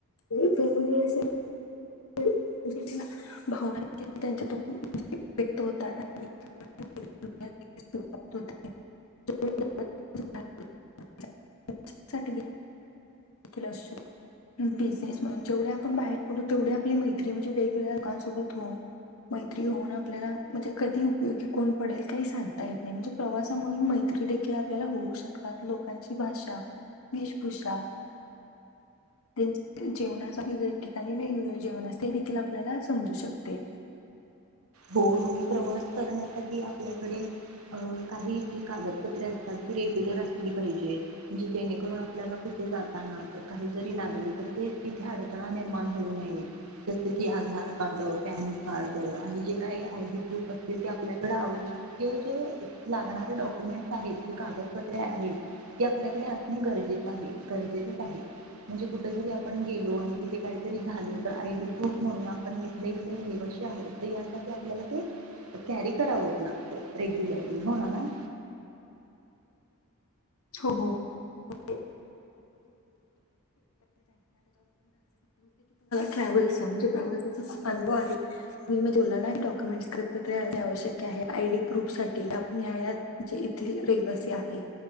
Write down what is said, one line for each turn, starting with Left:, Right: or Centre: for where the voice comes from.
Left: वेगवेगळे असे <unintelligible> <inaudible> बिजनेस म्हणं जेवढे आपण बाहेर पडू तेवढ्या आपली मैत्री म्हणजे वेगवेगळ्या लोकांसोबत राहून, मैत्री होऊन आपल्याला म्हणजे कधी उपयोगी कोण पडेल काही सांगता येत नाही. म्हणजे प्रवासामुळे मैत्री देखील आपल्याला होऊ शकतात लोकांची भाषा, वेशभूषा ते जेवणाच वेगळ्या ठिकाणी वेगवेगळे जेवण असते देखील आपल्याला समजू शकते.
Right: हो आणि प्रवास करण्यासाठी आपल्याकडे अ- काही जी कागदपत्रे असतात ती रेग्युलर असली पाहिजे. म्हणजे जेणेकरून आपल्याला कुठे जाताना काही जरी लागलं तर ते तिथे अडथळा निर्माण होऊ नये. जस कि आधार कार्ड, पॅन कार्ड आणि जे काही आयडी प्रूफ अस ते आपल्याकडे आवश्यक जे लागणारे डॉक्युमेंटस आहेत जे कागदपत्रे आहे ते आपल्याकडे असणे गरजेच आहे, गरजेचच आहे. म्हणजे कुठ जरी आपण गेलो आणि तिथे काहीतरी झालं तर आयडी प्रुफ म्हणून आपण इथले इथले रहिवाशी आहोत तर या आपल्याला ते कॅरी करावच लागत रेग्युलरली. हो ना मॅम?
Left: हो <unintelligible> ट्रॅव्हल्सचा म्हणजे प्रवासाचा अनुभव आहे. तुम्ही मग बोलला ना डॉक्युमेंटस कागदपत्रे आवश्यक आहे, आयडी प्रुफसाठी आपण या या म्हणजे येथील रहिवासी आहे.